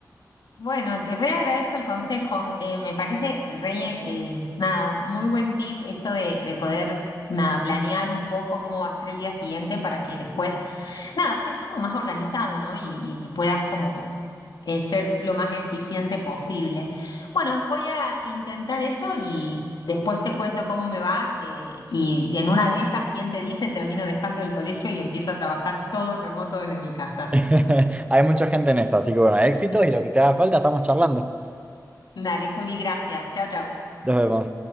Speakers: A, on the left; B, on the right.
A: Bueno, te re agradezco el consejo. eh, me parece re, eh, nada, muy buen tip esto de, de poder, nada, planear un poco cómo va a ser el día siguiente para que después Nada, estés como más organizado, ¿no? Y, y puedas como eh, ser lo más eficiente posible. Bueno, voy a intentar eso y después te cuento cómo me va. eh, y en una de esas, ¿quién te dice? Termino dejando el colegio y empiezo a trabajar todo remoto desde mi casa.
B: <laughs> Hay mucha gente en eso, así que bueno, éxitos y lo que te haga falta, estamos charlando.
A: Dale, Juli, gracias. Chao, chao.
B: Nos vemos.